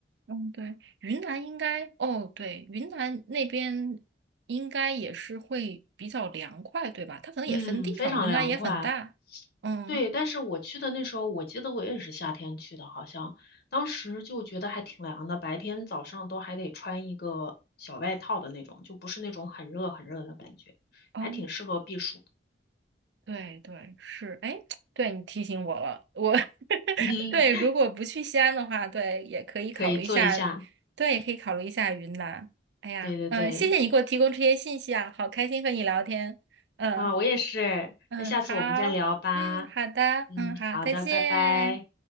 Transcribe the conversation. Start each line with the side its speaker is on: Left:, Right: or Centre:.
Right: 嗯，对，云南应该，哦，对，云南那边应该也是会比较凉快，对吧？它可能也分地方，
Left: 嗯，非常凉快。
Right: 云南也很大。嗯，
Left: 对，但是我去的那时候，我记得我也是夏天去的，好像当时就觉得还挺凉的，白天早上都还得穿一个小外套的那种，就不是那种很热很热的感觉，
Right: 哦，
Left: 还挺适合避暑的。
Right: 对对，是，哎，对你提醒我了，我 <laughs>
Left: <laughs>
Right: 对，如果不去西安的话，对，也可以考虑一下，
Left: 可以做一下。
Right: 对，也可以考虑一下云南。哎呀，
Left: 对对对，
Right: 嗯、谢谢你给我提供这些信息啊，好开心和你聊天。嗯。
Left: 啊，我也是。
Right: 嗯，
Left: 那下次我们再聊吧。
Right: 好，嗯，好的，
Left: 嗯，
Right: 嗯，好，
Left: 好的，
Right: 再见。
Left: 拜拜。